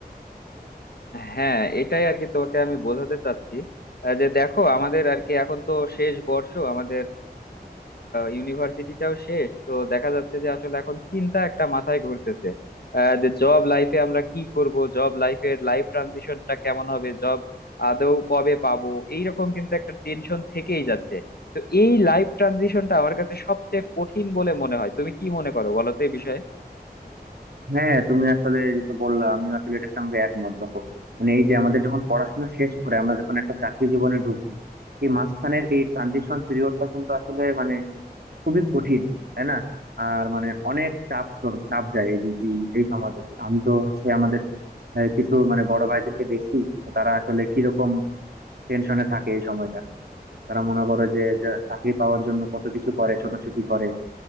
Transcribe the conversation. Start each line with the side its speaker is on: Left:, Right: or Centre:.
Left: হ্যাঁ এটাই আর কি তোমাকে আমি বোঝাতে চাচ্ছি আহ, যে দেখো আমাদের আর কি এখন তো শেষ বর্ষ আমাদের ইউনিভার্সিটিটাও শেষ তো দেখা যাচ্ছে যে আসলে এখন চিন্তা একটা মাথায় ঘুরতেছে আহ, যে জব লাইফে আমরা কি করব জব লাইফের লাইফ ট্রানজিশনটা কেমন হবে জব আদৌ কবে পাবো এইরকম কিন্তু একটা টেনশন থেকেই যাচ্ছে তো এই লাইফ ট্রানজিশনটা আমার কাছে সবচেয়ে কঠিন বলে মনে হয় তুমি কি মনে করো বলো তো এই বিষয়ে
Right: হ্যাঁ তুমি আসলে যেটা বললা আমি আসলে এটার সঙ্গে একমত দেখো মানে এই যে আমাদের যখন পড়াশোনা শেষ করে আমরা যখন একটা চাকরি জীবনে ঢুকবো এই মাঝখানের এই ট্রানজিশন পিরিয়ডটা কিন্তু আসলে মানে খুবই কঠিন তাই না আর মানে অনেক চাপ চ- চাপ যায় এই দিক- এই এই সময়টাতে আমি তো হচ্ছে আমাদের আহ, কিছু মানে বড় ভাইদেরকে দেখছি তো তারা আসলে কিরকম টেনশনে থাকে এই সময়টা তারা মনে করে যে যে চাকরি পাওয়ার জন্য কত কিছু করে ছোটাছুটি করে